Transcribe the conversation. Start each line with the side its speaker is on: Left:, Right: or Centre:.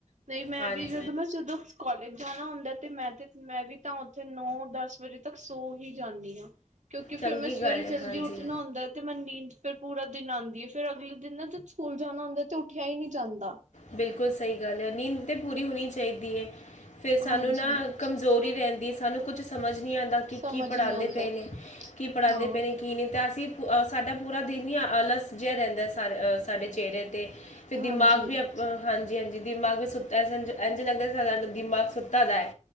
Right: ਨਹੀਂ ਮੈਂ
Left: ਤੇ ਹਾਂਜੀ।
Right: ਵੀ ਜਦੋਂ ਮੈਂ ਜਦੋਂ ਕਾਲਜ ਜਾਣਾ ਹੁੰਦਾ ਤੇ ਮੈਂ ਤੇ ਮੈਂ ਵੀ ਤਾਂ ਉੱਥੇ ਨੌ ਦਸ ਵਜੇ ਤੱਕ ਸੌ ਹੀ ਜਾਂਦੀ ਆਂ ਕਿਉਂਕਿ
Left: ਚੰਗੀ
Right: ਫੇਿਰ ਮੈਂ ਸਵੇਰੇ
Left: ਗੱਲ ਹੈ
Right: ਜਲਦੀ
Left: ਹਾਂਜੀ
Right: ਉੱਠਣਾ ਹੁੰਦਾ ਤੇ ਮੈਨੂ ਫਿਰ ਪੂਰਾ ਦਿਨ ਨੀਂਦ ਆਉਂਦੀ ਹੈ ਫੇਰ ਅਗਲੇ ਦਿਨ ਨਾ ਜਦ ਸਕੂਲ ਜਾਣਾ ਹੁੰਦਾ ਤੇ ਉੱਠਿਆ ਹੀ ਨਹੀਂ ਜਾਂਦਾ
Left: ਬਿਲਕੁਲ ਸਹੀ ਗੱਲ ਏ ਨੀਂਦ ਤਾਂ ਪੂਰੀ ਹੋਣੀ ਚਾਹੀਦੀ ਹੈ ਫਿਰ ਸਾਨੂੰ
Right: ਹਾਂਜੀ
Left: ਨਾ ਕਮਜ਼ੋਰੀ ਰਹਿੰਦੀ ਸਾਨੂੰ ਕੁਝ ਸਮਝ ਨਹੀਂ ਆਉਂਦਾ ਕਿ
Right: ਸਮਝ
Left: ਕੀ ਪੜ੍ਹਾਉਂਦੇ
Right: ਨਹੀਂ ਆਉਂਦਾ
Left: ਪਏ ਨੇ ਕੀ ਪੜ੍ਹਾਉਂਦੇ
Right: ਹਾਂ
Left: ਪਏ ਨੇ ਕੀ ਨਹੀਂ ਤਾਂ ਅਸੀਂ ਸਾਡਾ ਪੂਰਾ ਦਿਨ ਹੀ ਆਲਸ ਜਿਹਾ ਰਹਿੰਦਾ ਸਾਡੇ ਚਿਹਰੇ 'ਤੇ ਅਤੇ
Right: ਹਾਂਜੀ।
Left: ਦਿਮਾਗ ਵੀ ਆਪ ਹਾਂਜੀ ਹਾਂਜੀ ਦਿਮਾਗ ਵੀ ਸੁੱਤਾ ਇਝ ਲੱਗਦਾ ਦਿਮਾਗ ਸੁੱਤਾ ਦਾ ਹੈ